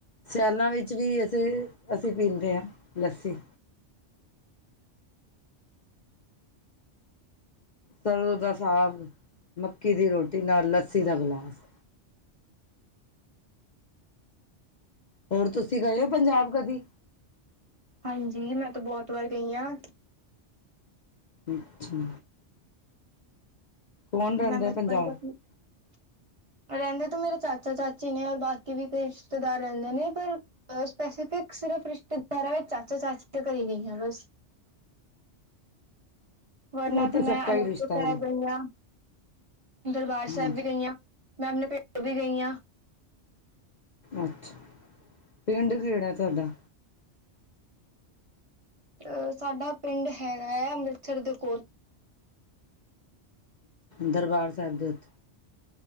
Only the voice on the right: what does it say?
ਹਾਂਜੀ, ਮੈਂ ਤਾਂ ਬਹੁਤ ਵਾਰ ਗਈ ਹਾਂ।
ਨਾ ਬਚਪਨ
ਤੱਕ ਨਹੀਂ <unintelligible> ਰਹਿੰਦੇ ਤਾਂ ਮੇਰੇ ਚਾਚਾ ਚਾਚੀ ਨੇ, ਔਰ ਬਾਕੀ ਵੀ ਕਈ ਰਿਸ਼ਤੇਦਾਰ ਰਹਿੰਦੇ ਨੇ, ਪਰ ਸਪੈਸੀਫਿਕ ਸਿਰਫ ਰਿਸ਼ਤੇਦਾਰਾਂ ਵਿੱਚ ਚਾਚੋ-ਚਾਚ ਘਰੇ ਹੀ ਗਈਆਂ ਬਸ। ਵਰਨਾਂ
ਤੇ, ਮੈਂ
ਅਨੰਦਪੁਰ
ਸਾਹਿਬ
ਗਈ ਹਾਂ। ਦਰਬਾਰ
ਸਾਹਿਬ ਵੀ ਗਈ ਆ ਮੈਂ ਆਪਣੇ ਪਿੰਡ ਵੀ ਗਈ ਆ।
ਅ ਸਾਡਾ ਪਿੰਡ ਹੈਗਾ ਹੈ, ਅੰਮ੍ਰਿਤਸਰ ਦੇ ਕੋਲ